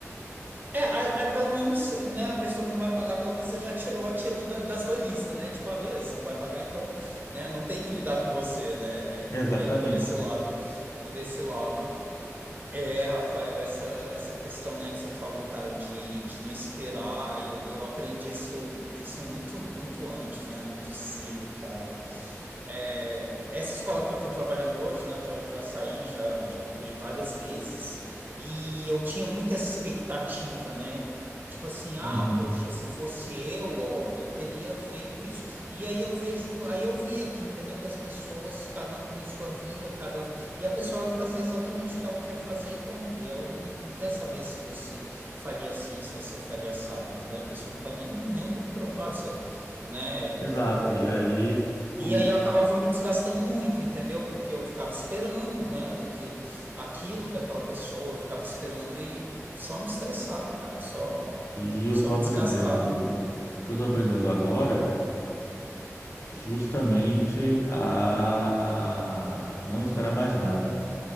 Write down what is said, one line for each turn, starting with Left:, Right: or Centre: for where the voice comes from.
Right: É, aí, aí pelo menos, né, a pessoa que não vai pagar, pelo menos você já tirou aquilo da, da sua lista, né? Tipo, ah, beleza, você não vai pagar, então, né, não tem que lidar com você, né? É,
Left: Exatamente.
Right: é, por esse lado, por esse lado, é, Rafael, essa, essa questão, né, que você falou, cara, de, de não esperar, eu, eu aprendi isso, isso muito, muito antes, né? Muito cedo, cara. É, essa escola que eu estou trabalhando hoje, né, eu já, já saí, já, já entrei várias vezes, e eu tinha muita essa expectativa, né? Tipo assim, ah,
Left: Uhum.
Right: poxa, se fosse eu, ó, eu teria feito isso. E aí eu vejo, aí eu vi aqui, entendeu? Que as pessoas, cada um tem sua vida, cada um. E a pessoa vai fazer exatamente o que ela quer fazer e pronto. E ela não, não quer saber se você faria assim, se você faria assado, entendeu? A pessoa não está nem, nem um pouco preocupada, sabe? Né? É,
Left: Exato. E aí
Right: é,
Left: o
Right: e aí eu acabava me desgastando muito, entendeu? Porque eu ficava esperando, né, daquilo, aquilo daquela pessoa, eu ficava esperando e só me estressava, cara, só
Left: e eu
Right: só
Left: estou
Right: me
Left: aprendendo
Right: desgastava.
Left: o que eu estou aprendendo agora, é justamente a não esperar mais nada